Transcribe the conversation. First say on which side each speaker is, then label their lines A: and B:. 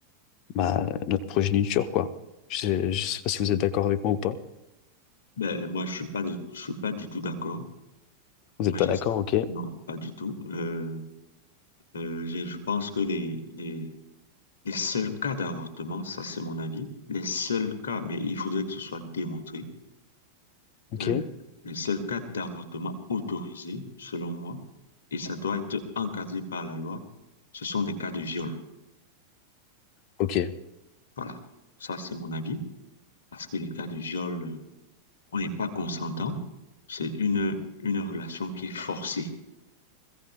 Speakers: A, on the left; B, on the left.
A: bah, notre progéniture, quoi. Je sais, je sais pas si vous êtes d'accord avec moi ou pas.
B: Ben, moi, je suis pas, du- je suis pas du tout d'accord.
A: Vous n'êtes
B: Moi,
A: pas
B: j'ai-
A: d'accord, ok,
B: non, pas du tout. Euh, euh, j'ai- je pense que les, les, les seuls cas d'avortement, ça c'est mon avis, les seuls cas, mais il faudrait que ce soit démontré.
A: ok.
B: Euh, c'est le cas d'avortement autorisé, selon moi, et ça doit être encadré par la loi. Ce sont des cas de viol.
A: Ok.
B: Voilà, ça c'est mon avis, parce que les cas de viol, euh, on n'est pas consentant. C'est une, une relation qui est forcée.